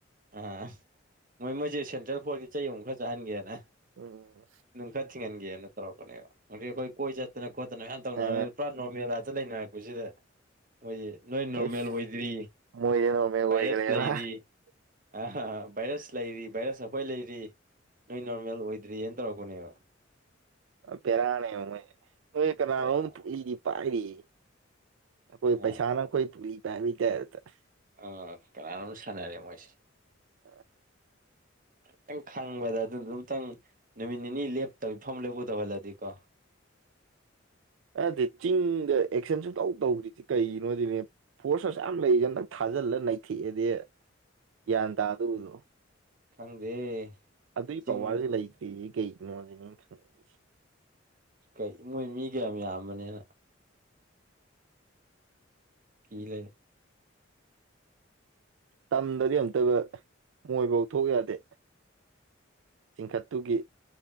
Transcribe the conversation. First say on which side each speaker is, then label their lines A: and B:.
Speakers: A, on the right; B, on the right.
A: ꯑꯥ ꯃꯣꯏ ꯃꯣꯏꯁꯦ ꯁꯦꯟꯇ꯭ꯔꯦꯜ ꯐꯣꯔꯒꯤ ꯆꯍꯤ ꯑꯨꯨꯝꯛ ꯈꯔ ꯆꯥꯍꯟꯒꯦꯅ
B: ꯎꯝ
A: ꯀꯥꯠ ꯊꯤꯡꯍꯟꯒꯦꯅ ꯇꯧꯔꯛꯄꯅꯦꯕ ꯍꯧꯪꯛ ꯑꯩꯈꯣꯏ ꯀꯣꯏ ꯆꯠꯇꯅ ꯈꯣꯠꯇꯅ ꯃꯌꯥꯝ ꯇꯧꯅꯔ
B: ꯑ
A: ꯄꯨꯔꯥ ꯅꯣꯔꯃꯦꯂꯥꯇ ꯂꯩꯅꯔꯛꯄꯁꯤꯗ꯫ ꯃꯣꯏꯁꯦ ꯅꯣꯏ ꯅꯣꯔꯃꯦꯜ
B: ꯏꯁ
A: ꯑꯣꯏꯗ꯭ꯔꯤ
B: ꯃꯣꯏꯁꯦ ꯅꯣꯔꯃꯦꯜ
A: ꯚꯥꯏꯔꯁ
B: ꯑꯣꯏꯈ꯭ꯔꯦꯅ
A: ꯂꯩꯔꯤ ꯑ ꯚꯥꯏꯔꯁ ꯂꯩꯔꯤ ꯚꯥꯏꯔꯁ ꯑꯩꯈꯣꯏ ꯂꯩꯔꯤ ꯅꯣꯏ ꯅꯣꯔꯃꯦꯜ ꯑꯣꯏ ꯗ꯭ꯔꯦꯟꯅ ꯇꯧꯔꯛꯄꯅꯦꯕ
B: ꯄꯦꯔꯥꯅꯦꯕ ꯃꯣꯢꯁꯦ ꯀꯅꯥꯅꯣꯝ
A: ꯕꯦꯔꯥ
B: ꯄꯨꯛꯂꯤꯁꯤ ꯄꯥꯏꯔꯤꯌꯦ ꯑꯩꯈꯣꯏ
A: ꯑꯥ
B: ꯄꯩꯁꯥꯅ
A: ꯀꯅꯥꯅꯣ
B: ꯈꯣꯏ ꯄꯨꯛꯂꯤ ꯕꯥꯢꯕꯩ ꯇꯥꯞꯇ ꯑ
A: ꯑꯥ ꯀꯅꯥꯅꯣꯝ ꯁꯥꯟꯅꯔꯦ ꯃꯣꯏꯁꯦ
B: <inaudible>
A: ꯑꯝꯇꯪ ꯈꯪꯕꯗ ꯑꯗꯨꯅ ꯑꯃꯝꯇꯪ ꯅꯨꯃꯤꯠ ꯅꯤꯅꯤ ꯂꯦꯞꯇꯕꯤ ꯐꯝꯃꯨ ꯂꯦꯞꯄꯨ ꯇꯧꯍꯜꯂꯗꯤꯀꯣ
B: ꯑꯗ ꯆꯤꯡꯗ ꯑꯦꯛꯁꯟ ꯁꯨꯝ ꯇꯧ ꯇꯧꯗ꯭ꯔꯤꯁꯤ ꯀꯩꯒꯤꯅꯣ ꯁꯤꯅꯦ ꯐꯣꯔꯁ ꯑꯁꯨꯛꯌꯥꯝ ꯂꯩꯔꯤꯗ ꯑꯝꯇꯪ ꯊꯥꯖꯤꯜꯂ ꯅꯩꯊꯦꯛꯑꯦꯗꯤ ꯒ꯭ꯌꯥꯟ ꯇꯥꯗꯧꯗꯣ
A: ꯈꯪꯗꯦ
B: ꯑꯗꯨꯒꯤ
A: ꯆꯤꯡ
B: ꯄꯋꯥꯔꯁꯦ ꯂꯩꯇ꯭ꯔꯤꯁꯦ ꯀꯩꯒꯤꯅꯣꯁꯤꯅꯦ ꯑꯩꯅ ꯈꯪꯅꯤꯡꯉꯤꯁꯦ
A: ꯀꯩ ꯃꯣꯏ ꯃꯤ ꯀꯌꯥꯝ ꯌꯥꯝꯕꯅꯤꯅ ꯀꯤꯂꯩꯔꯦ
B: ꯇꯝꯗꯗꯤ ꯑꯝꯇꯕ ꯃꯣꯏꯐꯥꯎ ꯊꯣꯛ ꯌꯥꯗꯦ ꯆꯤꯡꯈꯠꯇꯨꯒꯤ